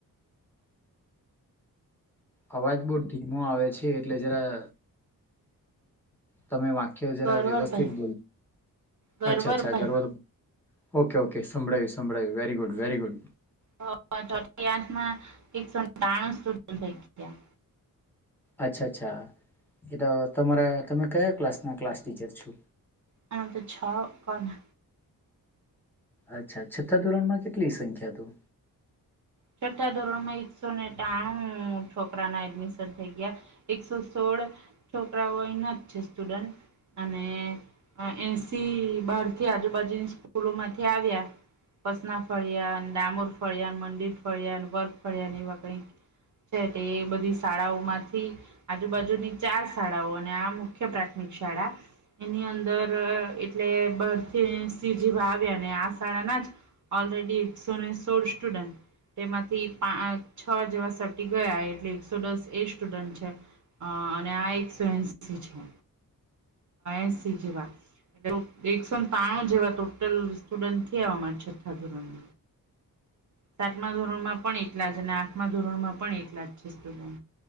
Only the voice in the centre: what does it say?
આવાજ બહુ ઘીમો આવે છે એટલે જરા. તમે વાક્ય જરા
વ્યવસ્થિત બોલો.
અચ્છા અચ્છા ઘરવારુ તો ઓકે ઓકે સંભળાયું સંભળાયું વેરી ગુડ વેરી ગુડ.
અચ્છા અચ્છા એ તો તમારા તમે કયા ક્લાસના ક્લાસ ટીચર છો.
અચ્છા છા છ્ઠા ધોરણમાં કેટલી સંખ્યા તો.